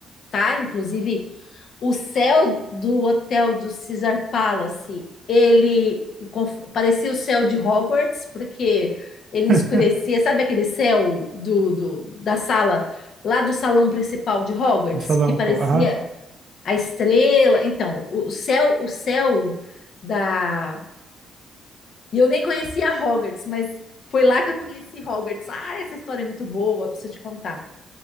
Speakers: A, on the left; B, on the right.
A: tá? Inclusive, o céu do hotel do Caesar Palace, ele conf- parecia o céu de Hogwarts, porque ele
B: <laughs>
A: escurecia, sabe aquele céu do, do- da sala, lá do salão principal de Hogwarts,
B: No salão.
A: que parecia
B: co- Aham.
A: a estrela? Então, o céu, o céu da. E eu nem conhecia Hogwarts, mas foi lá que eu conheci Hogwarts. Ah, essa história é muito boa, preciso te contar.